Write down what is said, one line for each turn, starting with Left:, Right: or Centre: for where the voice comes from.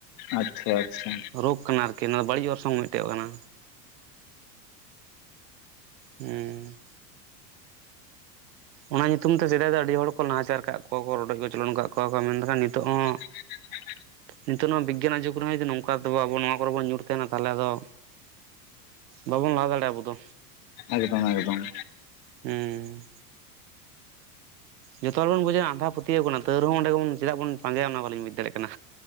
Left: ᱟᱪᱷᱟ ᱟᱪᱷᱟ
Right: ᱨᱚᱜᱽ ᱠᱟᱱᱟ ᱟᱨ ᱠᱤ ᱚᱱᱟ ᱫᱚ ᱵᱟᱲᱤᱡ ᱚᱨᱥᱚᱝ ᱢᱤᱫᱴᱮᱡ ᱠᱟᱱᱟ ᱦᱩᱸ ᱚᱱᱟ ᱧᱩᱛᱩᱢ ᱛᱮ ᱥᱮᱫᱟᱭ ᱫᱚ ᱟᱹᱰᱤ ᱦᱚᱲ ᱠᱚ ᱱᱟᱦᱟᱪᱟᱨ ᱠᱟᱜ ᱠᱚᱠᱚ ᱨᱚᱰᱚᱡ ᱠᱚᱪᱚᱞᱚᱱ ᱟᱠᱟᱫ ᱠᱚᱣᱟ ᱠᱚ, ᱢᱮᱱᱠᱷᱟᱱ ᱱᱤᱛᱚᱜ ᱦᱚᱸ
Left: <unintelligible>
Right: ᱱᱤᱛᱚᱜ ᱱᱚᱣᱟ ᱵᱤᱜᱟᱱᱟᱜ ᱡᱩᱜᱽ ᱨᱮᱦᱚᱸ ᱡᱩᱫᱤ ᱱᱚᱝᱠᱟ ᱟᱵᱚ ᱱᱚᱣᱟ ᱠᱚᱨᱮ ᱵᱚᱱ ᱧᱩᱨ ᱛᱟᱦᱮᱱᱟ᱾ ᱛᱟᱦᱚᱞᱮ ᱟᱫᱚ ᱵᱟᱵᱚᱱ ᱞᱟᱦᱟ ᱫᱟᱲᱮᱭᱟᱜᱼᱟ ᱟᱵᱚ ᱫᱚ᱾
Left: ᱮᱠᱫᱚᱢ ᱮᱠᱫᱚᱢ
Right: ᱦᱩᱸ ᱡᱚᱛᱚ ᱦᱚᱲ ᱵᱚᱱ ᱵᱩᱡᱷᱟᱹᱜᱼᱟ, ᱟᱫᱷᱟ ᱯᱟᱛᱭᱟᱣ ᱠᱟᱱᱟ ᱛᱟᱶ ᱨᱮᱦᱚᱸ ᱚᱸᱰᱮᱜᱮᱢ ᱪᱮᱫᱟᱜ ᱵᱚᱱ ᱯᱟᱸᱜᱟᱭᱟ, ᱚᱱᱟ ᱵᱟᱞᱤᱧ ᱵᱩᱡᱽ ᱫᱟᱲᱭᱟᱜ ᱠᱟᱱᱟ